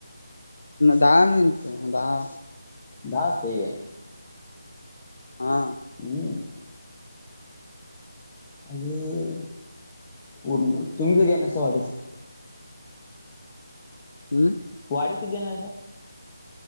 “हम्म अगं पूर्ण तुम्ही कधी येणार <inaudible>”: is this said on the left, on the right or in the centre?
Left